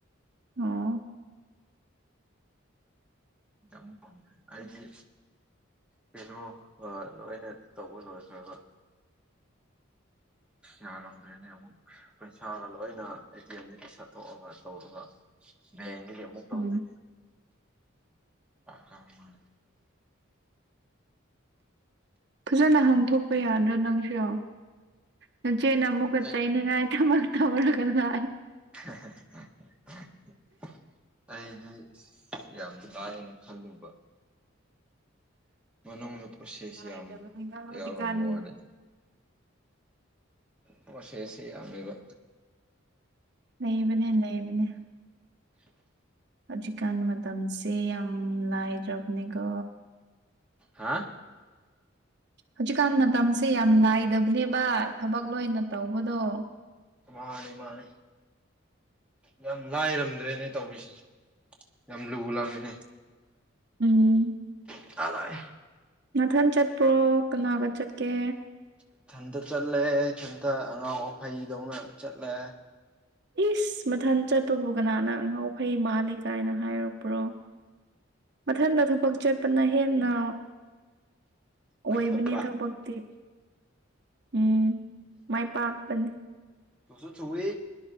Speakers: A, on the right (about 55°); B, in the centre.
A: ꯑꯣ
B: ꯃꯨꯛ ꯐꯥꯎ ꯑꯩꯗꯤ ꯀꯩꯅꯣ ꯂꯣꯏꯅ ꯇꯧꯕ ꯂꯣꯏꯈ꯭ꯔꯕ ꯌꯥꯔꯝꯗ꯭ꯔꯦꯅꯦ ꯑꯃꯨꯛ ꯄꯩꯁꯥꯒ ꯂꯣꯏꯅ ꯑꯦ ꯇꯤ ꯑꯦꯝꯗꯒꯤ ꯁꯇꯣꯛꯑꯒ ꯇꯧꯔꯒ ꯍꯥꯌꯦꯡꯗꯒꯤ ꯑꯃꯨꯛ ꯇꯧꯒꯅꯤ
A: ꯎꯝ
B: ꯈꯪꯗꯦ
A: ꯐꯖꯅ ꯍꯥꯡꯊꯣꯛꯄ ꯌꯥꯗ꯭ꯔꯣ ꯅꯪꯁꯨ ꯅꯆꯦ ꯅ ꯑꯃꯨꯛꯀꯥ
B: ꯑꯩ
A: ꯆꯥꯏꯅꯤꯡꯥꯏ ꯊꯕꯛ ꯇꯧꯋꯦꯍꯥꯏꯗꯅ
B: ꯍꯦꯍꯦ ꯍꯦ ꯍꯦ ꯍꯦ ꯑꯩꯗꯤ ꯌꯥꯝ ꯂꯥꯏꯌꯦꯅ ꯈꯜꯂꯨꯕ ꯃꯅꯨꯡꯗ ꯄ꯭ꯔꯣꯁꯦꯁ
A: ꯂꯥꯏꯗꯕꯅꯤꯅ
B: ꯌꯥꯝ
A: ꯍꯧꯖꯤꯛꯀꯥꯟ
B: ꯌꯥꯎꯔꯝꯕ ꯋꯥꯅꯤꯗꯥ ꯄꯣ ꯆꯩꯦꯁꯌꯥꯃꯤꯕ
A: ꯂꯩꯕꯅꯦ ꯂꯩꯕꯅꯦ
B: ꯍꯂ
A: ꯍꯧꯖꯤꯛꯀꯥꯟꯒꯤ ꯃꯇꯝꯁꯦ ꯌꯥꯝ ꯂꯥꯏꯗ꯭ꯔꯕꯅꯦꯀꯣ
B: ꯍꯥ
A: ꯍꯧꯖꯤꯛꯀꯥꯟ ꯃꯇꯝꯁꯦ ꯌꯥꯝ ꯂꯥꯏꯗꯕꯅꯦꯕ ꯊꯕꯛ ꯂꯣꯏꯅ ꯇꯧꯕꯗꯣ
B: ꯃꯥꯅꯦ ꯃꯥꯅꯦ ꯌꯥꯝ ꯂꯥꯏꯔꯝꯗ꯭ꯔꯦꯅꯦ ꯇꯧꯔꯤꯁꯦ ꯌꯥꯝ ꯂꯨꯂꯝꯃꯤꯅꯦ
A: ꯎꯝ
B: <unintelligible>
A: ꯃꯊꯟ ꯆꯠꯄ꯭ꯔꯣ ꯀꯅꯥꯒ ꯆꯠꯀꯦ
B: ꯏꯊꯟꯇ ꯆꯠꯂꯦ ꯏꯊꯟꯇ ꯑꯉꯥꯎ ꯑꯐꯩꯗꯧꯅ ꯆꯠꯂꯦ
A: ꯏꯁ ꯃꯊꯟ ꯆꯠꯄꯕꯨ ꯀꯅꯥꯅ ꯉ ꯉꯥꯎ ꯐꯩ ꯃꯥꯜꯂꯤ ꯀꯥꯏꯅ ꯍꯥꯏꯔꯛꯄ꯭ꯔꯣ ꯃꯊꯟꯇ ꯊꯕꯛ ꯆꯠꯄꯅ ꯍꯦꯟꯅ
B: ꯀꯣꯏꯊꯣꯛꯄ
A: ꯑꯣꯏꯕꯅꯦ ꯊꯄꯗꯤꯤ ꯎꯝ ꯃꯥꯏ ꯄꯥꯛꯄꯅꯤ
B: ꯊꯣ ꯁꯣ ꯆꯧꯋ